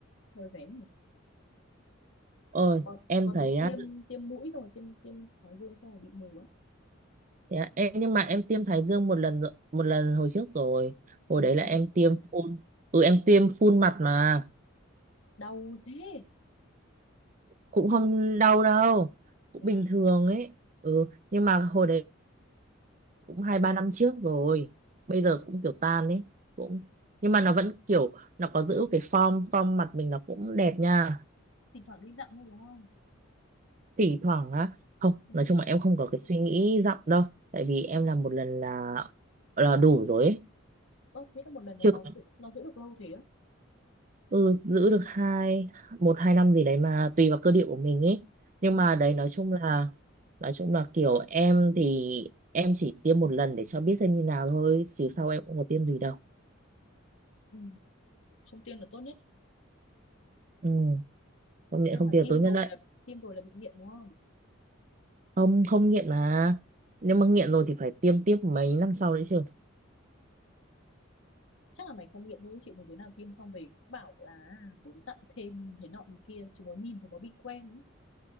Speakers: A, on the left (about 70°); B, on the right (about 40°).
A: hơi vén nhỉ
B: Ôi,
A: có,
B: em
A: có đứa
B: thấy á,
A: tiêm tiêm mũi xong rồi tiêm tiêm Hải Dương xong rồi bị mù ấy
B: thế á, em nhưng mà em tiêm thái dương một lần rồi, một lần hồi trước rồi. Hồi
A: ừ,
B: đấy
A: thế
B: là
A: à
B: em tiêm phun. Ừ em tiêm phun mặt mà
A: đau thế
B: cũng không đau đâu, cũng
A: thế
B: bình
A: à
B: thường ấy. Ừ, nhưng mà hồi đấy cũng hai ba năm trước rồi. Bây giờ cũng kiểu tan ấy, cũng nhưng mà nó vẫn kiểu nó có giữ cái form form mặt mình nó cũng đẹp nha.
A: thỉnh thoảng đi dặm thôi đúng không
B: thỉnh thoảng á không
A: ừ.
B: nói chung là em không có cái suy nghĩ dặm đâu tại vì em làm một lần là là đủ rồi ấy.
A: ơ thế là một lần nó
B: chưa
A: nó
B: có
A: giữ, nó giữ được lâu thế á
B: ừ, giữ được hai một hai năm gì đấy mà tùy vào cơ địa của mình ấy nhưng
A: ừ.
B: mà đấy nói chung là nói chung là kiểu em thì em chỉ tiêm một lần để cho biết xem như nào thôi chứ sau em cũng có tiêm gì đâu
A: ừ. không tiêm là tốt nhất
B: ừ, không nghiện
A: nhưng
B: không
A: mà
B: tiêm
A: tiêm
B: tối nhất
A: rồi
B: đấy
A: là tiêm rồi là bị nghiện đúng không
B: không không nghiện mà nếu mà nghiện rồi thì phải tiêm tiếp mấy năm sau đấy chứ
A: chắc là mày không nghiện thôi chị thấy đứa nào tiêm xong về cũng bảo là muốn dặm thêm nhìn thế nọ như kia chúng nó nhìn chúng nó bị quen ấy.